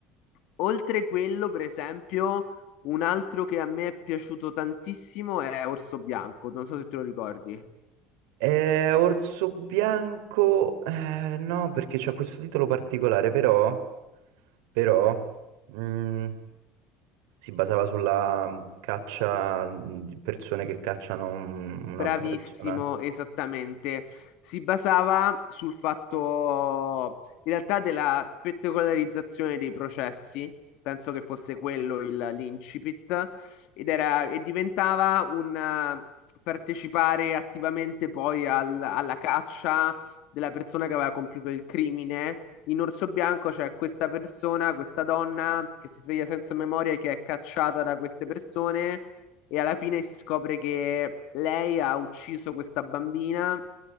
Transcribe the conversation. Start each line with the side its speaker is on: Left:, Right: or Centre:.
Left: oltre quello, per esempio, un altro che a me è piaciuto tantissimo è Orso Bianco, non so se te lo ricordi.
Right: Eh, Orso Bianco, eh, no, perché c'ha questo titolo particolare, però, però, mm, si basava sulla mm, caccia mm, di persone che cacciano un- un'altra
Left: Bravissimo,
Right: persona.
Left: esattamente. Si basava sul fatto, in realtà, della spettacolarizzazione dei processi, penso che fosse quello il- l'incipit, ed era, e diventava un eh, partecipare attivamente poi al- alla caccia della persona che aveva compiuto il crimine. In Orso Bianco c'è questa persona, questa donna che si sveglia senza memoria e che è cacciata da queste persone e alla fine si scopre che lei ha ucciso questa bambina,